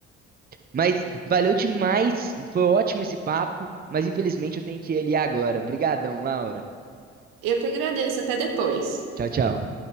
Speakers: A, on the right; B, on the right.
A: Mas valeu demais, foi ótimo esse papo, mas infelizmente eu tenho que ir ali agora. Obrigadão, Laura.
B: Eu que agradeço. Até depois.
A: Tchau, tchau.